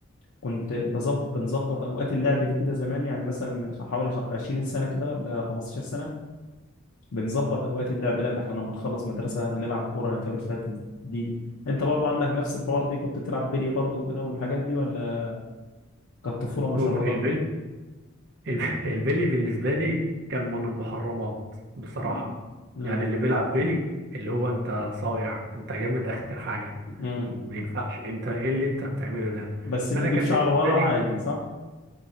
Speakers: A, on the left; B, on the right.
A: كنت بظبط بنظبط اوقات اللعب دي كده زمان يعني مثلا من خ- حوالي خ- 20 سنه كده ولا 15 سنه بنظبط اوقات اللعب لا ده احنا لما نخلص مدرسه هنلعب كوره هنتقابل في حته دي دي انت برضو عندك نفس الحوار دي كنت بتلعب بلي برضو كده والحاجات دي ولا كانت طفوله مشرده
B: شوف البل الب- <laughs> البلي بالنسبه لي كان من المحرمات بصراحه
A: مم. مم.
B: يعني اللي بيلعب بلي اللي هو انت صايع انت جامد اخر حاجه
A: مم.
B: ما ينفعش انت ايه اللي انت بتعمله ده
A: بس
B: فانا
A: اللي يجيب
B: كان
A: شعره
B: بالنسبه
A: ورا
B: لي
A: عادي صح